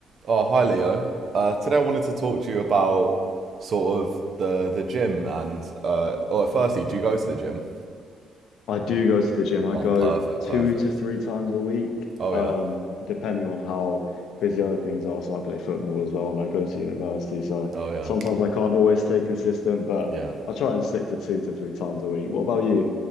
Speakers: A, on the right (about 55°); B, on the left (about 75°).
A: Oh, hi Leo. Uh, today I wanted to talk to you about sort of the the gym and uh oh, firstly, do you go to the gym?
B: I do go to the gym. I
A: Oh,
B: go
A: perfect,
B: two
A: perfect.
B: to three times a week,
A: Oh
B: um,
A: yeah.
B: depending on how busy other things are. So I play football as well, and I go to university. So
A: Oh yeah.
B: sometimes I can't always stay consistent, but
A: Yeah.
B: I try and stick to two to three times a week. What about you?